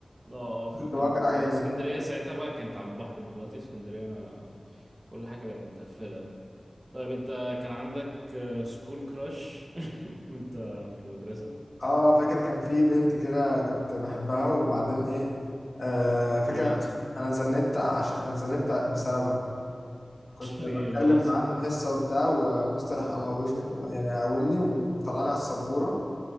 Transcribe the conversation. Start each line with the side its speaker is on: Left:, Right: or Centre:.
Right: اه اه فكانت
Left: كنت بأجر عجل
Right: اسكندرية
Left: هناك
Right: ساعتها بقى كانت على البحر دلوقتي اسكندرية آه، كل حاجة بقت متقفلة طيب انت كان عندك آه، سكول كراش <laughs> وانت في المدرسة
Left: اه فاكر كان في بنت كده كنت بحبها وبعدين ايه آه فاكر
Right: ايه اللي
Left: انا
Right: حصل؟
Left: أنا اتذنبت عشان انا اتذنبت بسببها كنت
Right: <laughs> ليه إيه
Left: بتكلم
Right: اللي حصل؟
Left: معاه في الحصه وبتاع ومستر راح اموفني يعني قومني وطلعني على السبوره